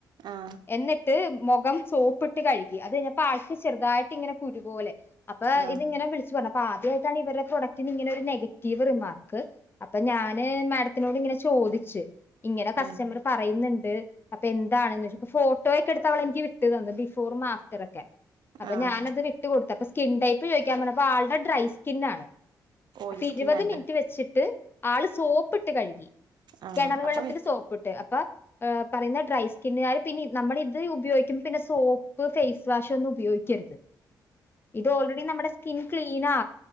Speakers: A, on the right; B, on the left.
A: ആഹ്
B: എന്നട്ട് മൊഖം സോപ്പിട്ട് കഴുകി. അത് കഴിഞ്ഞപ്പോ ആൾക്ക് ചെറുതായിട്ട് ഇങ്ങനെ കുരുപോലെ. അപ്പ
A: ആഹ്
B: ഇത് ഇങ്ങനെ വിളിച്ച് പറഞ്ഞ് അപ്പ ആദ്യമായിട്ടാണ് ഇവരുടെ പ്രൊഡക്ടിന് ഇങ്ങനെ ഒരു നെഗറ്റീവ് റിമാർക്ക് അപ്പ ഞാന് മാഡത്തിനോട് ഇങ്ങനെ ചോദിച്ച് ഇങ്ങനെ കസ്റ്റമർ
A: ആഹ്
B: പറയുന്നുണ്ട്. അപ്പ എന്താണെന്ന് ചോച്ച്. അപ്പ ഫോട്ടോയൊക്കെ എടുത്ത് അവളെനിക്ക് വിട്ട് തന്ന്‌ ബിഫോറും ആഫ്റ്റർ ഒക്കെ അപ്പ
A: ആഹ്
B: ഞാനത് വി ട്ട് കൊടുത്ത് അപ്പ സ്കിൻടൈപ്പ് ചോദിക്കാൻ പറഞ്ഞപ്പോ ആൾടെ ഡ്രൈ സ്കിന്നാണ്.
A: ഓയിൽ
B: അപ്പ
A: സ്കിൻ
B: ഇരുപത്
A: അല്ലേ
B: മിനിറ്റ് വെച്ചിട്ട് ആള് സോപ്പിട്ട് കഴുകി
A: ആഹ്
B: കെണറ് വെള്ളത്തില്
A: അപ്പം
B: സോ പ്പ്‌ട്ട് അപ്പ ഏഹ് പറയുന്ന ഡ്രൈ സ്കിന്ന് കാര് പിന്നെ നമ്മടെ ഇത് ഉപയോഗിക്ക്മ്പ പിന്നെ സോപ്പ് ഫേസ് വാഷ് ഒന്നും ഉപയോഗിക്കരുത്. ഇത് ഓൾറെഡി നമ്മടെ സ്കിൻ ക്ലീനാ